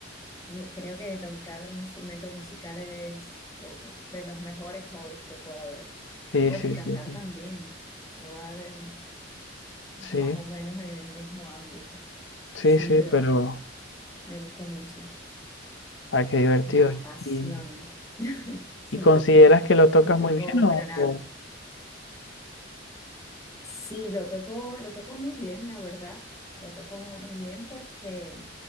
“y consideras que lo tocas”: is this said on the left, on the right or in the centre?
Left